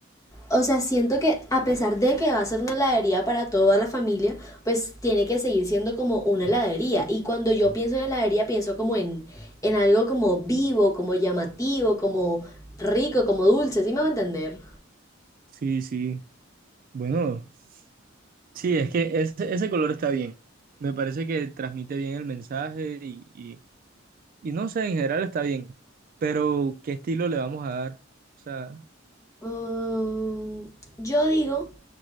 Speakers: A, on the left; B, on the right.
A: o sea, siento que a pesar de que va a ser una heladería para toda la familia, pues tiene que seguir siendo como una heladería. Y cuando yo pienso en heladería, pienso como en, en algo como vivo, como llamativo, como rico, como dulce, ¿sí me va a entender?
B: Sí, sí. Bueno, sí, es que ese, ese color está bien. Me parece que transmite bien el mensaje y, y, y no sé, en general está bien. Pero, ¿qué estilo le vamos a dar? O sea,
A: Mm, yo digo